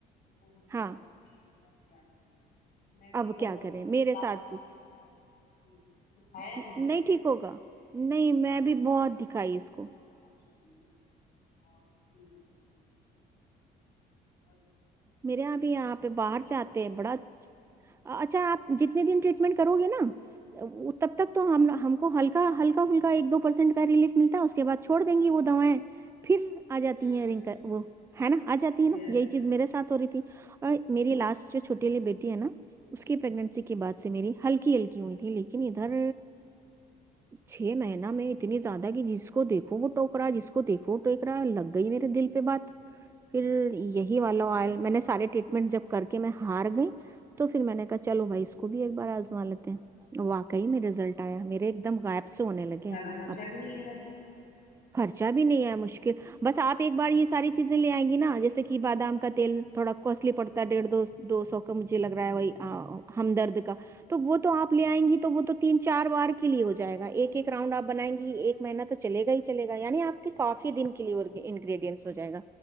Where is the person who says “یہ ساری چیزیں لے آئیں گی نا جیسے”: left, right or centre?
Right